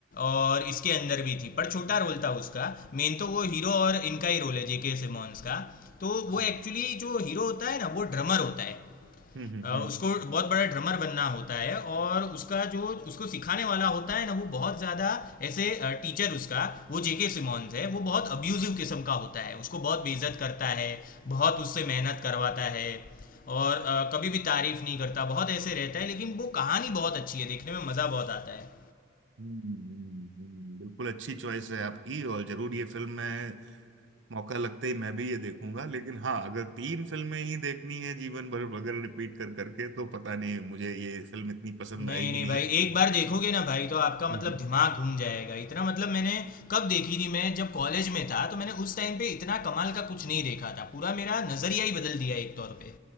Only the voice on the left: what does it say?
और इसके अंदर भी थी पर छोटा रोल था उसका मेन तो वो हीरो और इनका ही रोल है जेके सिमोन्स का तो वो
एक्चुअली जो हीरो होता है ना वो ड्रमर होता है
अ,
उसको बहुत बड़ा ड्रमर बनना होता है और उसका जो उसको सिखाने वाला होता है ना वो बहुत ज्यादा ऐसे टीचर उसका वो जेके सिमोन्स है वो बहुत अब्यूजिव किस्म का होता है उसको बहुत बेइज्जत करता है बहुत उससे मेहनत करवाता है और अ, कभी भी तारीफ नहीं करता बहुत ऐसे रहता है लेकिन वो कहानी बहुत अच्छी है देखने में मजा बहुत आता है
नहीं,
नहीं
भाई, एक बार देखोगे ना भाई तो आपका
मतलब
दिमाग घूम जाएगा। इतना मतलब मैंने कब देखी थी मैं जब कॉलेज में था तो मैंने उस टाइम पे इतना कमाल का कुछ नहीं देखा था। पूरा मेरा नज़रिया ही बदल दिया एक तौर पे।